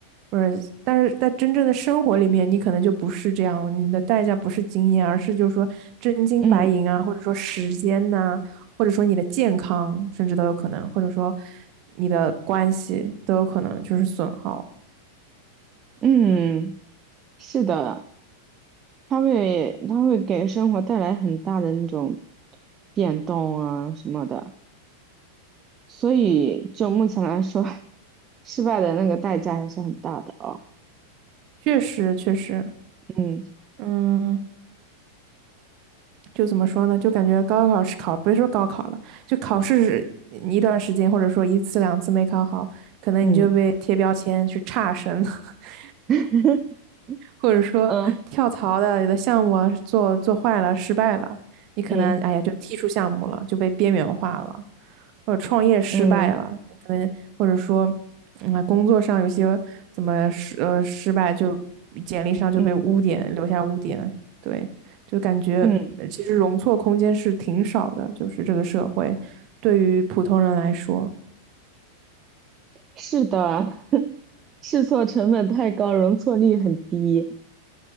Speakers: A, on the right; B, on the right.
A: 或者但是在真正的生活里面，你可能就不是这样了，你的代价不是经验，而是就是说真金白银啊，
B: 嗯
A: 或者说时间呐、或者说你的健康，甚至都有可能，或者说你的关系都有可能就是损耗。
B: 嗯，是的。它会它会给生活带来很大的那种变动啊什么的，所以就目前来说，<laughs> 失败的那个代价还是很大的哦。
A: 确实，确实，
B: 嗯
A: 嗯，就怎么说呢？就感觉高考是考，别说高考了，就考试是一段时间，或者说一次两次没考好，可能你就被贴标签是差生。
B: 嗯
A: <laughs>
B: <laughs>
A: 或者说跳槽的有的项目啊做做坏了失败了，
B: 嗯
A: 你可能哎呀就踢出项目了，
B: 嗯
A: 就被边缘化了，或者创业失败了，
B: 嗯
A: 你可能或者说嗯工作上有些怎么失呃失败就简历上就被污点留下污点，
B: 嗯
A: 对，就感觉呃其实容错空间是挺少的，
B: 嗯，
A: 就是这个社会对于普通人来说，
B: 是的，<laughs> 试错成本太高，容错率很低。